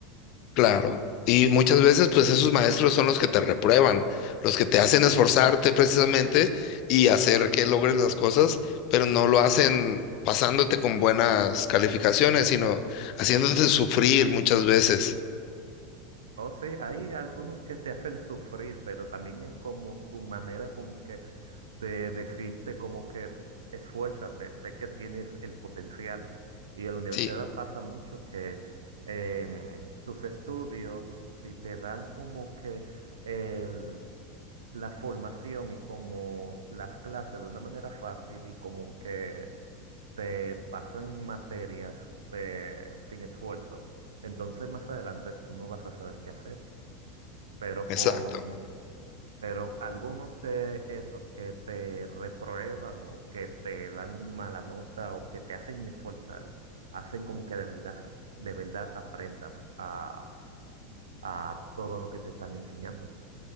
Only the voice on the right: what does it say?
Oh, sí, hay algunos que te hacen sufrir, pero también hay como su manera como que de decirte como que esfuérzate, sé que tienes el potencial. Y en la universidad
pasa mucho que em, tus estudios, si te dan como que el- la formación y como las clases de una manera fácil y como que te pasan materias eh, sin esfuerzo, entonces más adelante tú no vas a saber qué hacer. Pero
con pero algunos de esos que te reprueban o que te dan mala nota o que te hacen esforzar, hacen como que de verdad, sa- de verdad aprendas a, a todo lo que te están enseñando.